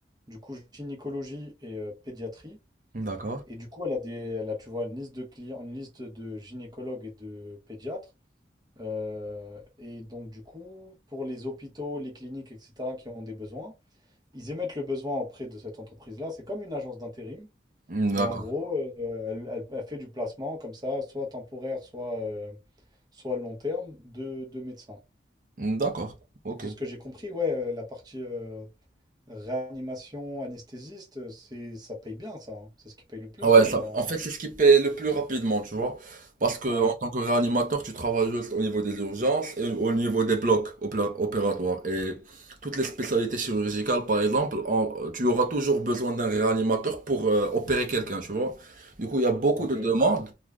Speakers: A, on the right; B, on the right.
A: du coup gynécologie et euh, pédiatrie.
B: D'accord.
A: Et du coup, elle a des, elle a, tu vois, une liste de clients, une liste de gynécologues et de pédiatres. Euh, et donc, du coup, pour les hôpitaux, les cliniques, etc., qui ont des besoins, ils émettent le besoin auprès de cette entreprise-là. C'est comme une agence d'intérim.
B: D'accord.
A: Et en gros, euh, elle, elle- elle fait du placement comme ça, soit temporaire, soit, euh, soit long terme, de, de médecins.
B: D'accord. Ok.
A: Et de ce que j'ai compris, ouais, euh, la partie euh, réanimation, anesthésiste, c'est, ça paye bien, ça. hein. C'est ce qui paye le plus,
B: Ouais,
A: non,
B: ça,
A: dans...
B: en fait, c'est ce qui paye le plus rapidement, tu vois. Parce que
A: Ouais,
B: en tant que réanimateur, tu travailles juste au niveau des urgences et au niveau des blocs opé- opératoires. Et toutes les spécialités chirurgicales, par exemple, en- tu auras toujours besoin d'un réanimateur pour euh, opérer quelqu'un, tu vois. Du coup, il y a beaucoup
A: ok.
B: de demandes.